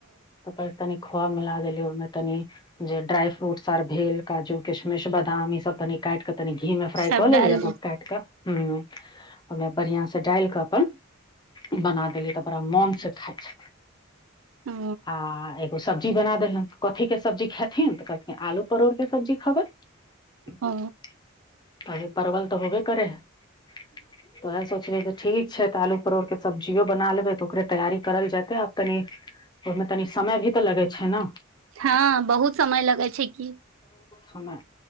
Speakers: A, on the left; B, on the right.
A: ओ पर तनिक खोवा मिला देली ओहि मे तनि जे ड्राई फूट आर भेल काजु किसमिस बदाम इ सब त तनी घी फ्राई
B: सब
A: क लेली
B: डाल
A: अगब काटि क हूँ ओमे बढ़ियाँ सँ त डालि क अपन बना देली त बड़ा मन सँ खाइ छथि
B: ओ
A: आ एक- ओ सब्जी बना देलक कथि क सब्जी खेथिन आलू परोड़ के सब्जी खेबैय
B: ओ
A: परवल त होबे करै हइ ओहा सोचली जे ठीक छै आलू परोड़ के सब्जीयो बना लेबै ओकरे तैयारी करल जेतै आ तनि ओहिमे तनि समय भी त लगै छै न
B: हाँ बहुत समय लगै छै की
A: हमे